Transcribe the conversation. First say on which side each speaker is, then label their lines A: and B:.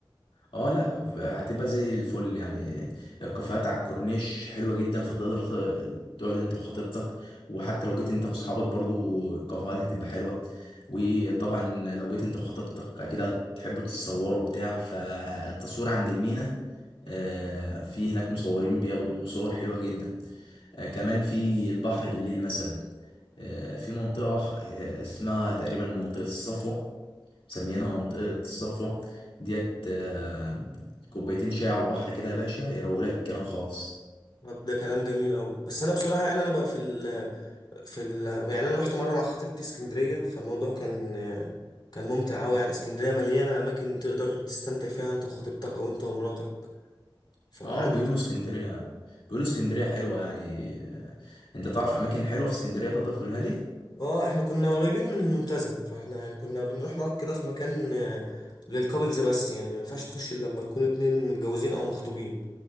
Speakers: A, on the left; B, on the left.
A: اه لا هتبقى زي الفل يعني الكافيهات على الكورنيش حلوه جدا فتقدر ت- تقعد انت وخطيبتك وحتى لو جيت انت واصحابك برضو الكافيهات هتبقى حلوه وطبعا لو جيت انت وخطيبتك اكيد هتحبوا تتصوروا بتاع فالتصوير عند المينا آه، في هناك مصورين بياخدوا صور حلوه جدا آه، كمان في البحر بالليل مثلا آه، في منطقة آه، اسمها تقريبا منطقة الصفوة مسميينها منطقة الصفوة ديت آه، كوبايتين شاي على البحر كده يا باشا يروق لك الكلام خالص
B: طب ده كلام جميل قوي بس انا بصراحه يعني انا بقى في ال في ال يعني انا رحت مره مع خطيبتي اسكندريه فالموضوع كان كان ممتع قوي يعني اسكندريه مليانه اماكن تقدر تستمتع فيها انت وخطيبتك او انت ومراتك فعندك
A: اه بيقولوا اسكندرية بيقولوا اسكندرية حلوة يعني آه، انت تعرف اماكن حلوة في اسكندرية تقدر تقولها لي
B: اه احنا كنا قريبين من المنتزه فاحنا يعني كنا بنروح نقعد كده في مكان آه، للكابلز بس يعني ما ينفعش تخش الا لما تكونوا اتنين متجوزين او مخطوبين